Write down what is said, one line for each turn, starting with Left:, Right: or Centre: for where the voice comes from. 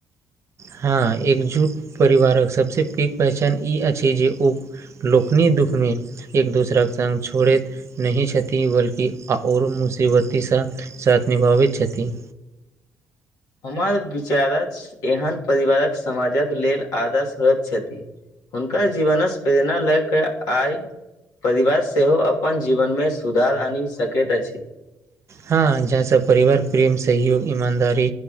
Right: हां एकजुट परिवारक सबसे पैघ पहचान ई अछि जे ओ लोकनि दुखमे एक-दोसरा के संग छोड़ैत नहि छथि बल्कि अ और मुसीबती से साथ निभावैत छथि।
Left: हमर विचारक एहन परिवारक समाजक लेल आदर्श होएत छथि। हुनका जीवनस प्रेरणा लै के आय परिवार सेहो अपन जीवन मे सुधार आनि सकैत अछि।
Right: हां जहाँ सब परिवार, प्रेम, सहयोग, ईमानदारी